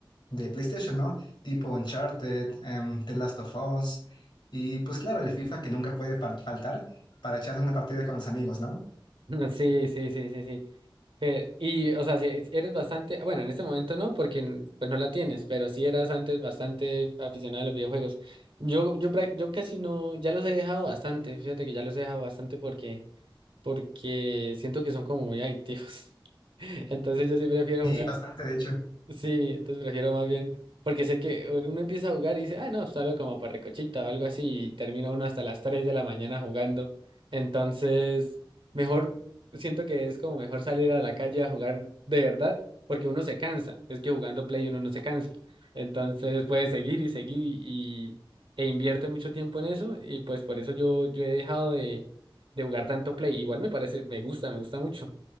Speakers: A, on the left; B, on the right.
A: de PlayStation, ¿no? Tipo Uncharted, em, The Last of Us, y pues claro, el FIFA que nunca puede fal- faltar para echarse una partida con los amigos, ¿no?
B: Sí, sí, sí, sí, sí. Eh, y, o sea, si eres bastante, bueno, en este momento no, porque n- pues no la tienes, pero sí eras antes bastante aficionado a los videojuegos. Yo, yo, prac- yo casi no, ya los he dejado bastante, fíjate que ya los he dejado bastante porque, porque siento que son como muy adictivos. <laughs> Entonces yo sí prefiero
A: Y
B: jugar.
A: bastante, de hecho. <laughs>
B: Sí, entonces prefiero más bien, porque sé que uno empieza a jugar y dice, ah, no, salgo como por recochita o algo así, y termina uno hasta las 3 de la mañana jugando. Entonces, mejor, siento que es como mejor salir a la calle a jugar de verdad, porque uno se cansa. Es que jugando Play uno no se cansa. Entonces puede seguir y seguir y, e invierte mucho tiempo en eso, y pues por eso yo, yo he dejado de, de jugar tanto Play. Igual me parece, me gusta, me gusta mucho.